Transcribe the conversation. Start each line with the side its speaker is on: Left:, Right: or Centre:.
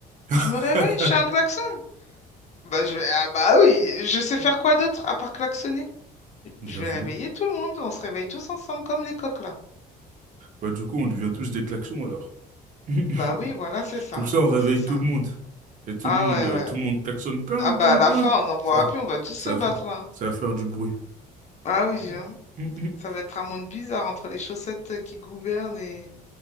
Left: Je
Right: <laughs>
Left: me réveille, je suis un klaxon. Bah, je vais... Ah bah oui, je sais faire quoi d'autre à part klaxonner?
Right: J'avoue.
Left: Je vais réveiller tout le monde. On se réveille tous ensemble comme les coqs là.
Right: Bah du coup on devient tous des klaxons alors.
Left: Bah
Right: <laughs>
Left: oui, voilà, c'est ça.
Right: Comme ça on réveille
Left: C'est ça.
Right: tout le monde. Et tout
Left: Ah
Right: le monde,
Left: ouais,
Right: euh, tout
Left: ouais.
Right: le monde klaxonne. Pin,
Left: Ah bah
Right: pin,
Left: à la
Right: pin.
Left: fin, on n'en pourra
Right: Ça,
Left: plus, on va tous
Right: ça,
Left: se battre
Right: va- fa-
Left: là.
Right: ça va faire du bruit.
Left: Ah oui, hein.
Right: <laughs>
Left: Ça va être un monde bizarre entre les chaussettes qui gouvernent et